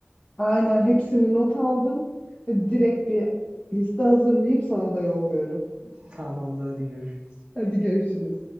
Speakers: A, on the left; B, on the right.
A: Aynen hepsini not aldım. E, Direkt bir liste hazırlayıp sana da yolluyorum.
B: <laughs> Tamamdır hadi görüşürüz.
A: Hadi görüşürüz.